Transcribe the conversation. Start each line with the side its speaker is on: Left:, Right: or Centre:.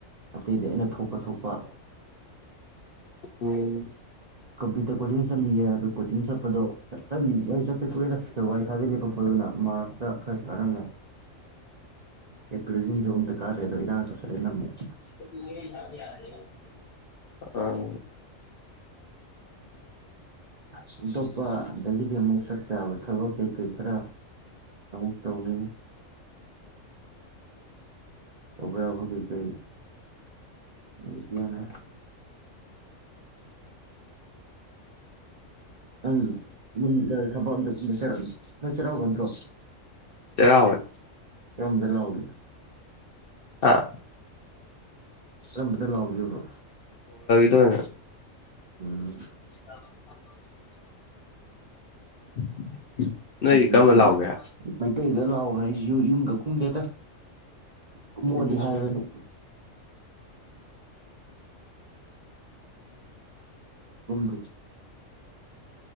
Right: ꯑꯇꯩꯗꯤ ꯑꯩꯅ ꯊꯣꯛꯄ ꯊꯣꯛꯄ
Left: ꯎꯝ
Right: ꯀꯝꯄ꯭ꯌꯨꯇꯔ ꯀꯣꯆꯤꯡ ꯆꯠꯂꯤꯌꯦ ꯑꯗꯣ ꯀꯣꯆꯤꯡ ꯆꯠꯄꯗꯣ ꯆꯠꯂꯤ ꯑꯩ ꯆꯠꯇ ꯀꯨꯏꯔꯦꯗ ꯗꯦꯕꯥꯋꯔꯤ ꯂꯦꯄꯛꯄꯗꯨꯅ ꯃꯥꯔꯁꯇ ꯈꯔꯁꯨ ꯀꯥꯔꯝꯃꯦ ꯑꯦꯄꯔ꯭ꯤꯜꯁꯤꯡꯁꯨ ꯑꯝꯇ ꯀꯥꯗꯦ ꯑꯗꯣ ꯏꯔꯥꯡ ꯇꯧꯁꯜ ꯂꯦꯅ ꯑꯃꯨꯛ
Left: <unintelligible> ꯑꯥ
Right: ꯑꯇꯣꯞꯄ ꯑꯗꯒꯤꯗꯤ ꯑꯃꯨꯛ ꯆꯠ ꯌꯥꯕ ꯊꯕꯛ ꯀꯩꯀꯩ ꯈꯔ ꯑꯃꯨꯛ ꯇꯧꯅꯤꯡꯉꯤ ꯇꯧꯕ ꯌꯥꯕꯥꯀꯩ ꯀꯩ <unintelligible> ꯅꯪ ꯌꯨꯝꯗ ꯊꯕꯛ ꯑꯠꯇ <unintelligible> ꯅꯣꯏ ꯆꯩꯔꯥꯎꯕ ꯅꯠꯇ꯭ꯔꯣ
Left: ꯆꯩꯔꯥꯎꯋꯦ
Right: ꯀꯔꯝꯗ ꯂꯥꯎꯒꯦ
Left: ꯑꯥ
Right: ꯀꯔꯝꯕꯗ ꯂꯥꯎꯒꯦꯕ
Left: <unintelligible>
Right: ꯎꯝ
Left: <inaudible> <inaudible>
Right: ꯑꯩꯈꯣꯏ ꯃꯩꯇꯩꯗ
Left: ꯀꯔꯝꯕ ꯂꯥꯎꯒꯦ
Right: ꯃꯩꯇꯩꯗ ꯂꯥꯎꯕꯅꯦ ꯑꯩꯁꯨ ꯌꯨꯝꯒ ꯀꯨꯝꯗꯦꯗ ꯀꯨꯝꯃꯑꯣꯗꯤ
Left: ꯎꯝ
Right: ꯍꯥꯏꯕꯅꯤ ꯀꯨꯝꯗꯦ